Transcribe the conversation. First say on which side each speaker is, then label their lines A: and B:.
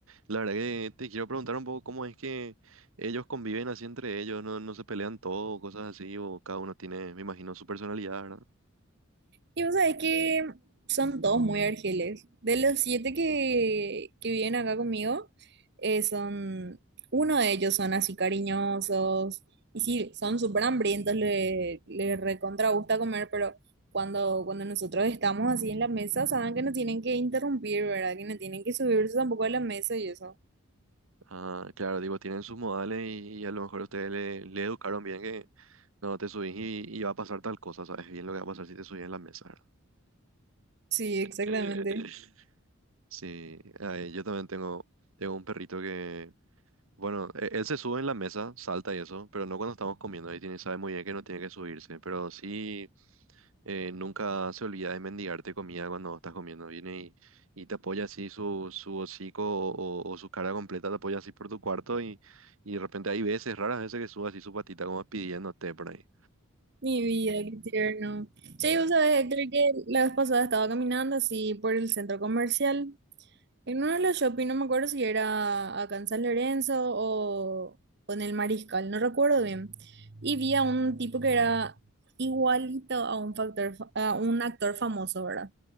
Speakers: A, on the right; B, on the right.
A: la verdad que te quiero preguntar un poco cómo es que ellos conviven así entre ellos, no, no se pelean todo, cosas así, o cada uno tiene, me imagino, su personalidad, ¿verdad?
B: Y vos sabés que son todos muy argeles. De los siete que, que viven acá conmigo, eh, son, uno de ellos son así cariñosos. Y sí, son súper hambrientos, le, le recontra gusta comer, pero cuando, cuando nosotros estamos así en la mesa, saben que no tienen que interrumpir, ¿verdad? Que no tienen que subirse tampoco a la mesa y eso.
A: Ah, claro, digo, tienen sus modales y, y a lo mejor ustedes le, le educaron bien que no te subís y, y va a pasar tal cosa, ¿sabes? Bien lo que va a pasar si te subís en la mesa, ¿verdad?
B: Sí, exactamente.
A: <laughs> Sí, ay, yo también tengo, tengo un perrito que, bueno, e- él se sube en la mesa, salta y eso, pero no cuando estamos comiendo, ahí tiene, sabe muy bien que no tiene que subirse, pero sí. eh, nunca se olvida de mendigarte comida cuando vos estás comiendo. Viene y, y te apoya así su, su hocico o, o- o su cara completa, te apoya así por tu cuarto y, y de repente hay veces, raras veces que sube así su patita como pidiéndote por ahí.
B: Mi vida, qué tierno. Che, vos sabés, Héctor, que la vez pasada estaba caminando así por el centro comercial. En uno de los shopping, no me acuerdo si era acá en San Lorenzo o, o en el Mariscal, no recuerdo bien. Y vi a un tipo que era igualito a un factor, fa- a un actor famoso, ¿verdad?